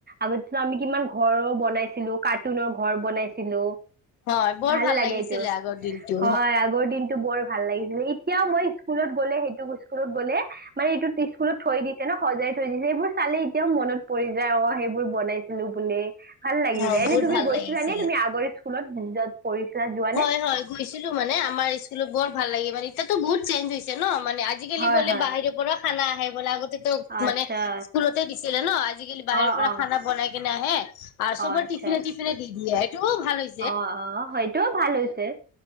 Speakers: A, on the right; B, on the left.
A: আগতেটো আমি কিমান ঘ'ৰ বনাইছিলো কাৰ্টুনৰ ঘৰ বনাইছিলো
B: হয় বৰ
A: ভাল লাগে
B: লাগিছিলে
A: এইটো
B: আগৰ দিনটো
A: হয় আগৰ দিনটো বৰ ভাল লাগিছিলে এই তিয়াও মই স্কুলত গ'লে সেইটো স্কুলত গ'লে মানে এইটো স্কুলত থৈ দিছে ন সজাই থৈ দিছে, সেইবোৰ চালে এতিয়াও মনত পৰি যায় অ সেইবোৰ বনাই ছিলোঁ বুলি ভাল লাগি
B: অ',
A: যায়। এনে
B: বহুত
A: তুমি
B: ভাল
A: গৈছিলা
B: লাগিছিলে।
A: নে তুমি আগৰ স্কুলত য'ত পঢ়িছিলা যোৱা
B: হয়
A: নে
B: হয় গৈছিলো মানে আমাৰ স্কুলত বৰ ভাল লাগে। মানে এতিয়াতো বহুত চেঞ্জ হৈছে ন মানে আজ আজিকালি
A: হয়
B: বোলে
A: হয়
B: বাহিৰ পৰা খানা আহে বোলে আগতে তো
A: আচ্ছা
B: মানে স্কুলতে দিছিলে ন আজিকালি বাহিৰৰ
A: অ
B: পৰা
A: অ
B: খানা বনাই কেনে আহে। আৰু চবৰ
A: অ আচ্ছা
B: টিফিনে টফিনে দি দিয়ে এইটো ভাল হৈ
A: অ অ সেইটো ভাল হৈছে।